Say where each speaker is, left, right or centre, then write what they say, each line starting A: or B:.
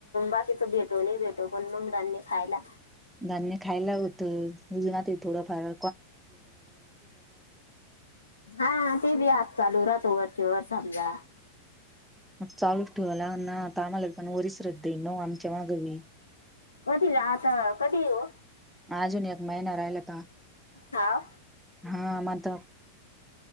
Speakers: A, on the left (about 75°); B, in the centre.
A: बाकीच भेटो नाही भेटो पण मग धान्य खायला
B: धान्य खायला होतं अजूनत थोडं फार
A: हा ते बी हात चालू राहतो वरचे वर समजा
B: मग चालूच ठेवाला ना आता आम्हाला पण वरी श्रद्धाई न आमच्या माग मी
A: कधी आता कधी येऊ
B: अजून एक महिना राहिला तर
A: हा <unintelligible>
B: हा मग आता